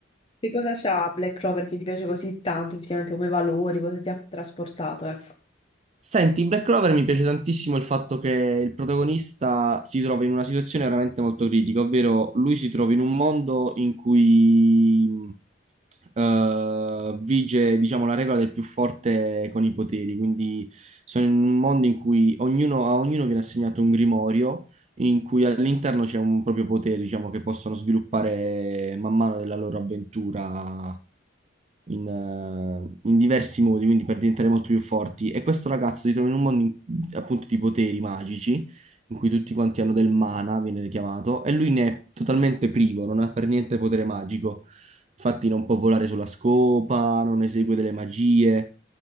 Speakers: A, on the left (about 30°); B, on the right (about 35°).
A: Che cosa c'ha Black Clover che ti piace così tanto, effettivamente, come valori, cosa ti ha trasportato, ecco.
B: Senti, in Black Clover mi piace tantissimo il fatto che il protagonista si trova in una situazione veramente molto critica, ovvero lui si trova in un mondo in cui eh, vige, diciamo, la regola del più forte con i poteri, quindi sono in un mondo in cui ognuno, a ognuno viene assegnato un grimorio in cui all'interno c'è un proprio potere, diciamo, che possono sviluppare man mano della loro avventura in, eh, in diversi modi, quindi per diventare molto più forti. E questo ragazzo si trova in un mondo in- appunto di poteri magici, in cui tutti quanti hanno del mana, viene chiamato, e lui ne è totalmente privo, non ha per niente potere magico. Infatti non può volare sulla scopa, non esegue delle magie.